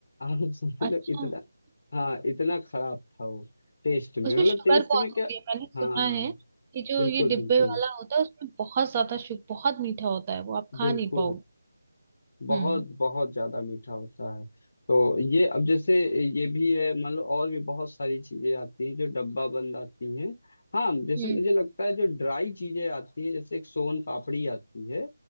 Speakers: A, on the left; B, on the right.
A: आप समझ
B: अच्छा
A: लो इतना हाँ इतना खराब था वो टेस्ट में
B: उसमें
A: मतलब
B: शुगर
A: टेस्ट
B: बहुत
A: में क्या
B: होती है मैंने सुना
A: हाँ
B: है कि जो
A: बिल्कुल
B: ये डिब्बे
A: बिल्कुल
B: वाला होता है उसमें बहुत ज्यादा शुगर बहुत मीठा होता है वो आप खा
A: बिल्कुल
B: नहीं पाओगे
A: बहुत
B: हम्म
A: बहुत ज्यादा मीठा होता है तो ये अब जैसे ये भी है मतलब और भी बहुत सारी चीजें आती हैं जो डब्बा बंद आती हैं हाँ जैसे
B: हम्म
A: मुझे लगता है जो ड्राई चीजें आती हैं जैसे एक सोन पापड़ी आती है